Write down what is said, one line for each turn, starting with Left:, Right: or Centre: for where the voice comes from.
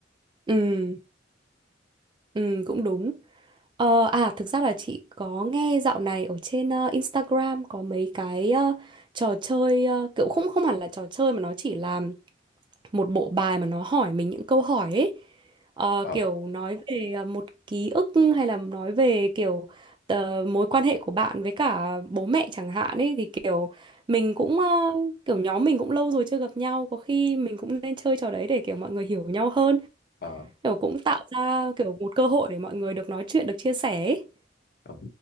Right: Ừ, ừ, cũng đúng. Ờ, à thực ra là chị có nghe dạo này ở trên ờ, Instagram có mấy cái ờ, trò chơi ờ, kiểu không không hẳn là trò chơi mà nó chỉ là một bộ bài mà nó hỏi mình những câu hỏi ấy. Ờ,
Left: ờ
Right: kiểu nói về ờ, một ký ức hay là nói về kiểu ờ, mối quan hệ của bạn với cả bố mẹ chẳng hạn ấy thì kiểu mình cũng ờ, kiểu nhóm mình cũng lâu rồi chưa gặp nhau có khi mình cũng nên chơi trò đấy để kiểu mọi người hiểu nhau hơn
Left: ờ
Right: kiểu cũng tạo ra kiểu một cơ hội để mọi người được nói chuyện được chia sẻ ấy.
Left: ờ.